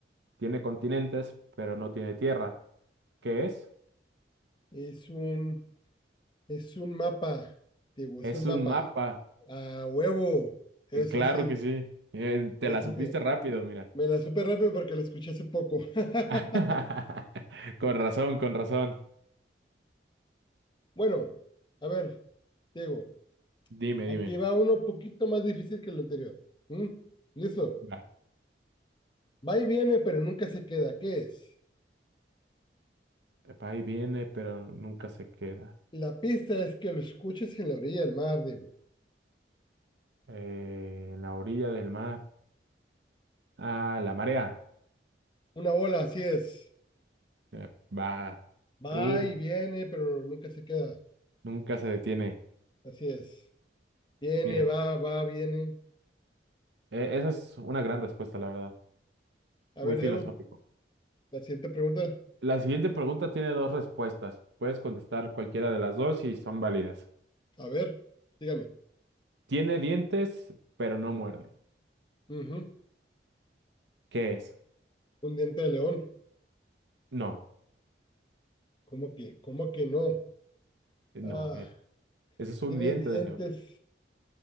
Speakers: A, on the right (about 75°); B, on the left (about 25°).
A: Tiene continentes, pero no tiene tierra. ¿Qué es?
B: Es un Es un mapa, digo,
A: Es
B: es un mapa.
A: un mapa.
B: A huevo. Eso
A: Eh, Claro
B: sí,
A: que sí. Eh, te
B: eso
A: la supiste
B: sí.
A: rápido, mira.
B: Me la supe rápido porque la escuché hace poco. <laughs>
A: <laughs> Con razón, con razón.
B: Bueno, a ver, Diego,
A: Dime,
B: aquí
A: dime.
B: va uno un poquito más difícil que el anterior. ¿Mm? ¿Listo?
A: Va.
B: Va y viene, pero nunca se queda. ¿Qué es?
A: Va y viene, pero nunca se queda.
B: La pista es que lo escuches en la orilla del mar, Diego.
A: Eh, en la orilla del mar. Ah, la marea.
B: Una ola, así es.
A: Eh, va.
B: Va
A: Uh,
B: y viene, pero nunca se queda.
A: nunca se detiene.
B: Así es. Viene,
A: Mira,
B: va, va, viene.
A: eh, esa es una gran respuesta, la verdad.
B: A
A: Muy
B: ver,
A: filosófico.
B: Diego, la siguiente pregunta.
A: La siguiente pregunta tiene dos respuestas. Puedes contestar cualquiera de las dos y son válidas.
B: A ver, dígame.
A: Tiene dientes, pero no muerde.
B: Ujú.
A: ¿Qué es?
B: Un diente de león.
A: No,
B: ¿Cómo que, cómo que no?
A: eh,
B: Ah,
A: no. Ese es un
B: tiene
A: diente
B: dientes,
A: de león.